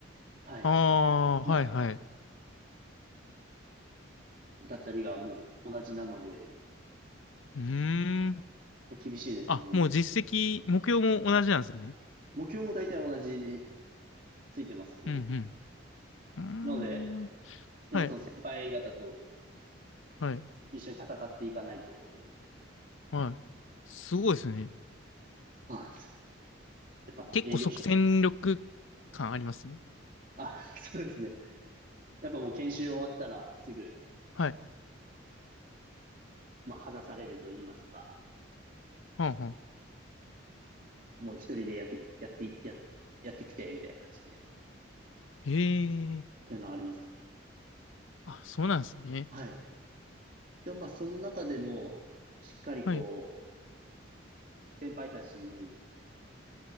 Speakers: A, on the right; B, on the left.
A: はい。
B: ああ、
A: まあ、
B: はいはい。
A: だったりがもう同じなので、やっ
B: うーん。
A: ぱ厳しいですね。
B: あ、もう実績、目標も同じなんですね。
A: 目標も大体同じについてますね。
B: うんうん。
A: なので、
B: うーん。
A: やっぱその先輩方と
B: はい、はい、
A: 一緒に戦っていかないとっていうので、
B: はい。すごいですね。
A: そうなんですよ。やっぱ営業所
B: 結構即戦力感ありますね。
A: あ、<laughs> そうですね。やっぱもう研修終わったらすぐ、
B: はい。
A: まあ、話されると言いますか、
B: はんはん。
A: もう一人でやって、やって、や、やってきて、みたいな感じで、っ
B: へえ。
A: ていうのはあります。
B: あ、そうなんですね。
A: はい。でもまあ、その中でも、しっかりこ
B: はい。
A: う、先輩たちに、